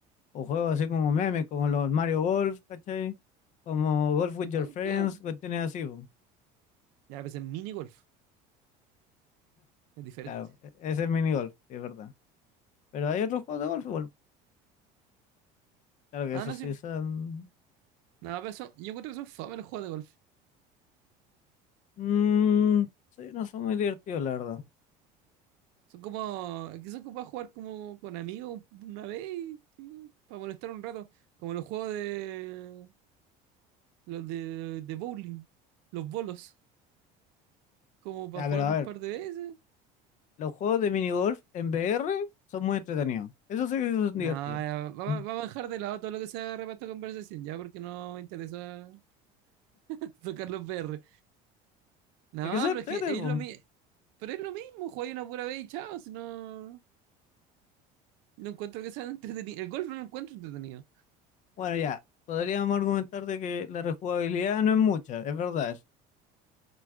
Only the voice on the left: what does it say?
O juegos así como memes, como los Mario Golf, ¿cachai? Como Golf with
Your Friends,
cuestiones así, pues.
Claro, e- ese es mini golf, sí, es verdad. Pero hay otros juegos de golf igual. Claro que
esos
sí
son...
mm, sí, no son muy divertidos, la verdad.
Ya,
pero a
ver.
Los juegos de minigolf en VR son muy entretenidos. Eso sí que son divertidos.
Mm.
Es que son
entrete,
po.
Bueno, ya. Podríamos argumentar de que la rejugabilidad no es mucha, es verdad.